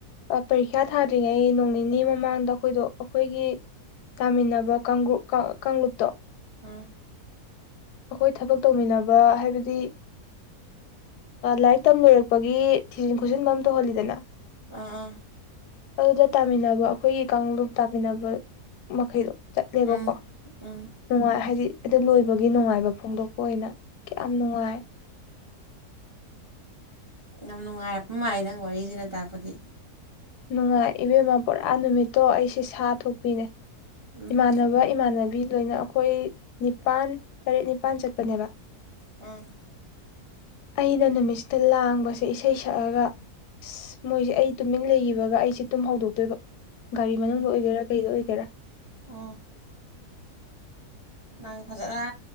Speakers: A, on the left; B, on the right.
A: ꯄꯔꯤꯈ꯭ꯌꯥ ꯊꯥꯗ꯭ꯔꯤꯉꯩ ꯅꯣꯡ ꯅꯤꯅꯤ ꯃꯃꯥꯡꯗ ꯑꯩꯈꯣꯏꯗꯣ ꯑꯩꯈꯣꯏꯒꯤ ꯇꯥꯃꯤꯟꯅꯕ ꯀꯥꯡꯂꯨꯞ ꯀꯥꯡꯂꯨꯞꯇꯣ
B: ꯑꯥ
A: ꯑꯩꯈꯣꯏ ꯊꯕꯛ ꯇꯧꯃꯤꯟꯅꯕ ꯍꯥꯏꯕꯗꯤ ꯂꯥꯏꯔꯤꯛ ꯇꯝ ꯂꯣꯏꯔꯛꯄꯒꯤ ꯊꯤꯖꯤꯟ ꯈꯣꯠꯆꯤꯟꯕ ꯑꯃ ꯇꯧꯍꯜꯂꯤꯗꯅ
B: ꯑꯥꯥ
A: ꯑꯗꯨꯗ ꯇꯥꯃꯤꯟꯅꯕ ꯑꯩꯈꯣꯏꯒꯤ ꯀꯥꯡꯂꯨꯞ ꯇꯥꯃꯤꯟꯅꯕ ꯃꯈꯩꯗꯣ ꯆꯠꯂꯦꯕꯀꯣ
B: ꯎꯝ ꯎꯝ
A: ꯅꯨꯡꯉꯥꯏ ꯍꯥꯏꯗꯤ ꯑꯗꯨ ꯂꯣꯏꯕꯒꯤ ꯅꯨꯡꯉꯥꯏꯕ ꯐꯣꯡꯗꯣꯛꯄ ꯑꯣꯏꯅ ꯀꯌꯥꯝ ꯅꯨꯡꯉꯥꯏ
B: ꯌꯥꯝ ꯅꯨꯡꯉꯥꯏꯔꯛꯄ ꯃꯥꯜꯦ ꯅꯪ ꯋꯥꯔꯤꯁꯤꯅ ꯇꯥꯛꯔꯄꯗꯤ
A: ꯅꯨꯡꯉꯥꯏ ꯏꯕꯦꯝꯃ ꯄꯨꯔꯥ ꯅꯨꯃꯤꯠꯇꯣ ꯑꯩꯁꯦ ꯁꯥ ꯊꯣꯛꯄꯤꯅꯦ
B: ꯎꯝ
A: ꯏꯃꯥꯟꯅꯕ ꯏꯃꯥꯟꯅꯕꯤ ꯂꯣꯏꯅ ꯑꯩꯈꯣꯏ ꯅꯤꯄꯥꯜ ꯇꯔꯦꯠ ꯅꯤꯜ ꯏꯝꯐꯥꯟ ꯆꯠꯄꯅꯦꯕ
B: ꯎꯝ
A: ꯑꯩꯅ ꯅꯨꯃꯤꯠꯁꯤꯗ ꯂꯥꯡꯕꯁꯦ ꯏꯁꯩ ꯁꯛꯑꯒ ꯑꯁ ꯃꯣꯏꯁꯦ ꯑꯩ ꯇꯨꯃꯤꯟ ꯂꯩꯈꯤꯕꯒ ꯑꯩꯁꯦ ꯇꯨꯝ ꯍꯧꯗꯣꯛꯇꯣꯏꯕ ꯒꯥꯔꯤ ꯃꯅꯨꯡꯗ
B: ꯎꯝ
A: ꯑꯣꯏꯒꯦꯔꯥ ꯀꯩꯗ ꯑꯣꯏꯒꯦꯔꯥ
B: ꯑꯣ ꯅꯪ ꯐꯖꯅ